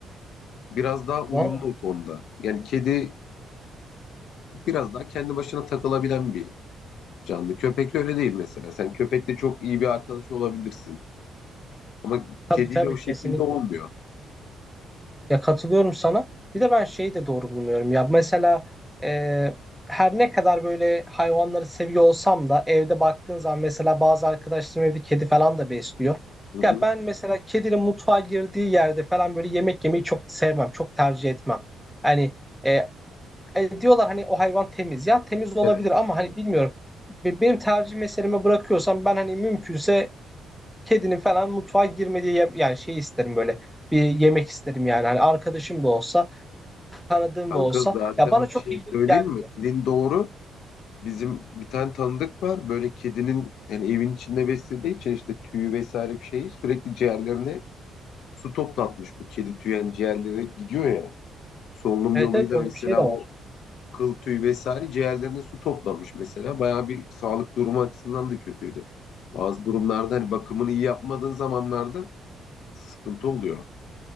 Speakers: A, on the left (about 75°); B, in the centre.
A: Biraz daha uyumlu
B: Vallahi
A: o konuda. Yani kedi biraz daha kendi başına takılabilen bir canlı. Köpek öyle değil mesela. Sen köpekle çok iyi bir arkadaş olabilirsin. Ama
B: tabii
A: kediyle
B: tabii
A: o şekilde
B: kesinlikle.
A: olmuyor.
B: Ya katılıyorum sana. Bir de ben şeyi de doğru bulmuyorum. Ya mesela e, her ne kadar böyle hayvanları seviyor olsam da evde baktığın zaman mesela bazı arkadaşlarım evde kedi falan da besliyor.
A: Hı hı.
B: Ya ben mesela kedinin mutfağa girdiği yerde falan böyle yemek yemeyi çok sevmem, çok tercih etmem. Hani e, e, diyorlar hani o hayvan temiz. Ya temiz olabilir
A: Evet.
B: ama hani bilmiyorum. Be- Benim tercih meseleme bırakıyorsam ben hani mümkünse kedinin falan mutfağa girmediği yem- yani şey isterim böyle bir yemek isterim yani. Hani arkadaşım da olsa, tanıdığım
A: Kanka
B: da olsa
A: zaten
B: ya bana çok
A: bir şey
B: hijyenik
A: söyleyeyim
B: gelmiyor.
A: mi? Dediğin doğru. Bizim bir tane tanıdık var. Böyle kedinin yani evin içinde beslediği için işte tüyü vesaire bir şeyi sürekli ciğerlerine su toplatmış. Bu kedi tüyü yani ciğerlere gidiyor ya. Solunum
B: Evet
A: yoluyla
B: evet öyle
A: mesela
B: bir şey de var.
A: o kıl tüyü vesaire ciğerlerine su toplamış mesela. Bayağı bir sağlık durumu açısından da kötüydü. Bazı durumlarda hani bakımını iyi yapmadığın zamanlarda sıkıntı oluyor.